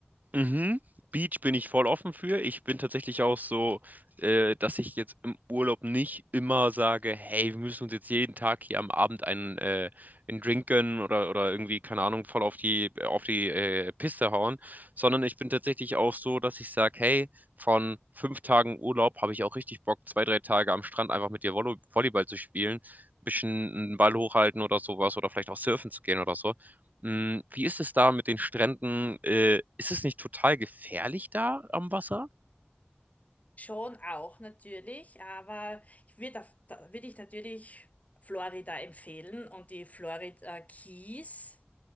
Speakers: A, on the right; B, on the left.
A: Mhm. Beach bin ich voll offen für. Ich bin tatsächlich auch so, äh, dass ich jetzt im Urlaub nicht immer sage, hey, wir müssen uns jetzt jeden Tag hier am Abend einen, äh, einen Drink gönnen oder, oder irgendwie, keine Ahnung, voll auf die, auf die äh, Piste hauen, sondern ich bin tatsächlich auch so, dass ich sage, hey, von fünf Tagen Urlaub habe ich auch richtig Bock, zwei, drei Tage am Strand einfach mit dir Volley Volleyball zu spielen, ein bisschen einen Ball hochhalten oder sowas oder vielleicht auch surfen zu gehen oder so. Hm, wie ist es da mit den Stränden? Äh, ist es nicht total gefährlich da am Wasser?
B: Schon auch natürlich, aber ich würde da würde ich natürlich Florida empfehlen und die Florida Keys